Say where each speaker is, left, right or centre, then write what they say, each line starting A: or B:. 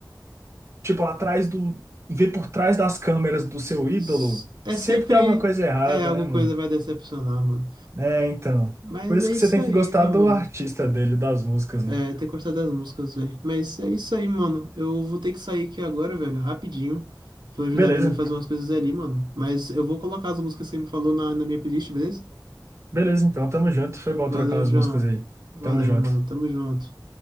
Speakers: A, on the right (about 40°); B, on the right (about 85°).
A: tipo, atrás do. ver por trás das câmeras do seu ídolo,
B: s- É
A: sempre
B: sempre.
A: tem alguma coisa errada,
B: É, alguma
A: né, mano?
B: coisa vai decepcionar, mano.
A: É, então.
B: Mas
A: Por isso
B: é
A: que
B: isso
A: você tem
B: aí,
A: que gostar
B: né,
A: do
B: mano?
A: artista dele, das músicas, né?
B: É, ter gostado das músicas, velho. Mas é isso aí, mano. Eu vou ter que sair aqui agora, velho, rapidinho. Vou ajudar
A: Beleza.
B: minha mãe a fazer umas coisas ali, mano. Mas eu vou colocar as músicas que você me falou na, na minha playlist, beleza?
A: Beleza, então, tamo junto. Foi bom
B: Valeu,
A: trocar as
B: João.
A: músicas aí.
B: Valeu,
A: Tamo junto.
B: mano. Tamo junto.